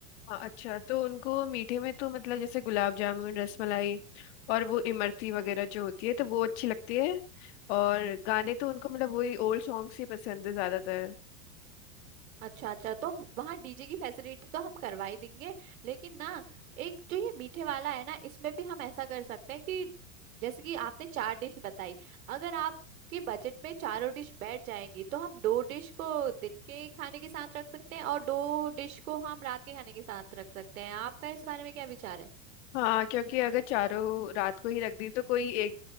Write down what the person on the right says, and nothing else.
अच्छा अच्छा तो वहाँ डीजे की फैसिलिटी तो हम करवा ही देंगे लेकिन ना एक जो ये मीठे वाला है ना इसमें भी हम ऐसा कर सकते हैं कि जैसे कि आपने चार डिश बताई अगर आपके बजट में चारों डिश बैठ जाएंगी तो हम दो डिश को दिन के खाने के साथ रख सकते हैं और दो डिश को हम रात के खाने के साथ रख सकते हैं आपका इस बारे में क्या विचार है